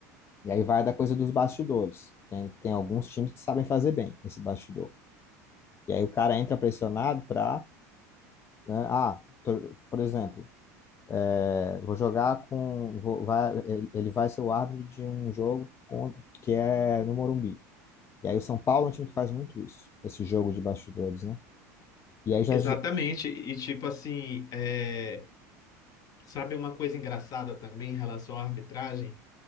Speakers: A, on the left; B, on the left.
A: E aí vai da coisa dos bastidores. Tem, tem alguns times que sabem fazer bem esse bastidor. E aí o cara entra pressionado para, né, ah, tô- por exemplo, é, vou jogar com, vou- vai, ele ele vai ser o árbitro de um jogo com- que é no Morumbi. E aí o São Paulo é um time que faz muito isso, esse jogo de bastidores, né? E aí já,
B: Exatamente, e tipo assim, é, sabe uma coisa engraçada também em relação à arbitragem?